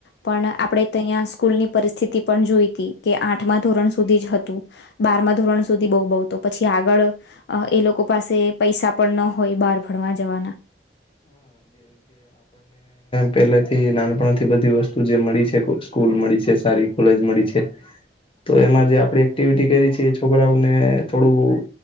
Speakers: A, on the left; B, on the left.
A: પણ આપણે તહીં સ્કૂલ ની પરિસ્થિતિ પણ જોઈતી કે આઠમા ધોરણ સુધી જ હતું બારમા ધોરણ સુધી બહુ બ તો પછી આગળ એ લોકો પાસે પૈસા પણ ન હોય બહાર ભણવા જવાના
B: પેલેથી નાનપણથી બધી વસ્તુ જે મળી છે સ્કૂલ મળી છે સારી કોલેજ મળી છે તો એમાં જે આપણે એક્ટિવિટી કરી છેી એ છોકરાઓને થોડું